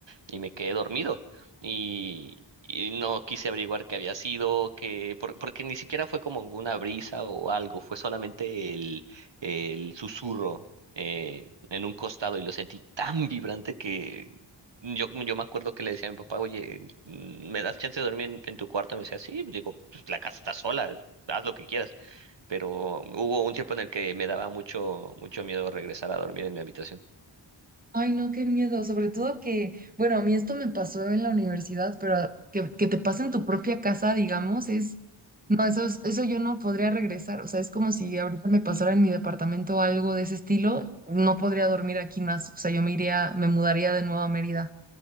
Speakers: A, on the right; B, on the right.
A: y me quedé dormido. Y, y no quise averiguar qué había sido, que, por- porque ni siquiera fue como una brisa o algo, fue solamente el, el susurro eh, en un costado y lo sentí tan vibrante que yo, yo me acuerdo que le decía a mi papá, oye, mm, ¿me das chance de dormir en, en tu cuarto? Me decía, sí, digo, "Pues, la casa está sola, haz lo que quieras. Pero hubo un tiempo en el que me daba mucho, mucho miedo regresar a dormir en mi habitación.
B: Ay, no, qué miedo. Sobre todo que, bueno, a mí esto me pasó en la universidad, pero que, que te pase en tu propia casa, digamos, es, no, eso es- eso yo no podría regresar. O sea, es como si ahorita me pasara en mi departamento algo de ese estilo, no podría dormir aquí más. O sea, yo me iría, me mudaría de nuevo a Mérida.